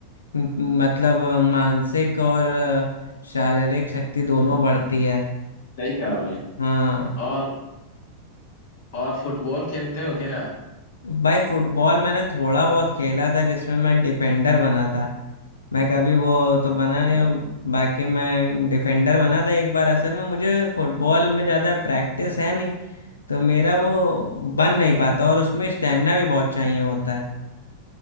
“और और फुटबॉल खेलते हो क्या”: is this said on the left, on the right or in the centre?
Left